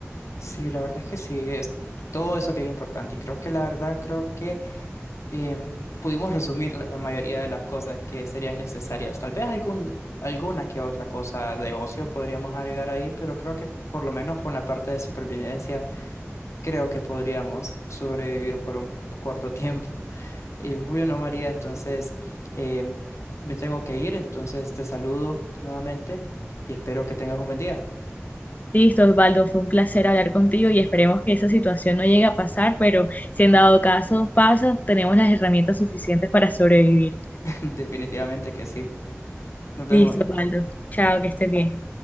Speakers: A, on the left; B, on the left.
A: Sí, la verdad es que sí, es, todo eso es bien importante y creo que la verdad creo que em, pudimos resumir la, la mayoría de las cosas que serían necesarias. Tal vez algún, alguna que otra cosa de ocio podríamos agregar ahí, pero creo que por lo menos por la parte de supervivencia creo que podríamos sobrevivir por un corto tiempo. <laughs> Eh, muy bien, María, entonces em, me tengo que ir, entonces te saludo nuevamente y espero que tengas un buen día.
B: Listo, Osvaldo, fue un placer hablar contigo y esperemos que esa situación no llegue a pasar, pero si en dado caso pasa, tenemos las herramientas suficientes para sobrevivir.
A: <laughs> Definitivamente que sí. Nos vemos.
B: Listo, Osvaldo. Chao, que estés bien.